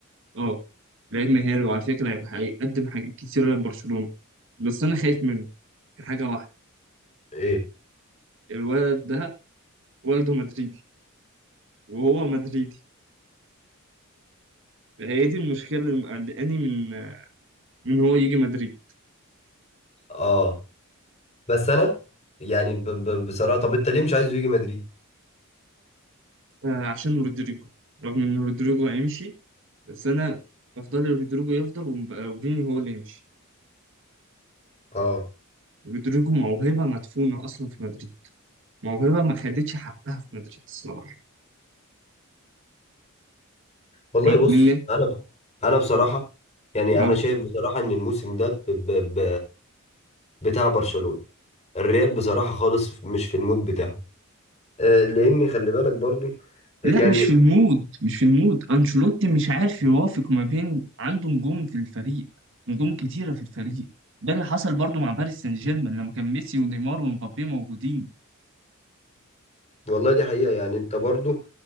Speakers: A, on the right (about 60°); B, on the left (about 30°).
A: اه لعيب مهاري وعلى فكرة هيبقى هيقدم حاجات كتيرة لبرشلونة بس انا خايف منه في حاجة واحدة
B: ايه
A: الولد ده والده مدريدي وهو مدريدي هي دي المشكلة اللي مقلقاني من من هو يجي مدريد
B: اه بس انا يعني ب ب بصراحه طب انت ليه مش عايزه يجي مدريد
A: آه، عشان رودريجو رغم إن رودريجو هيمشي بس أنا أفضل رودريجو يفضل ومبقى وفيني هو اللي يمشي
B: اه
A: رودريجو موهبة مدفونة أصلا في مدريد موهبة ما خدتش حقها في مدريد الصراحة
B: والله
A: رغم
B: بص
A: إن
B: انا انا بصراحه يعني
A: أه
B: انا شايف بصراحه ان الموسم ده ب ب ب بتاع برشلونه الريال بصراحه خالص مش في المود بتاعه آه لان خلي بالك برضو يعني
A: لا مش في المود مش في المود أنشيلوتي مش عارف يوافق ما بين عنده نجوم في الفريق نجوم كتيرة في الفريق ده اللي حصل برضو مع باريس سان جيرمان لما كان ميسي ونيمار ومبابي موجودين
B: والله دي حقيقه يعني انت برضو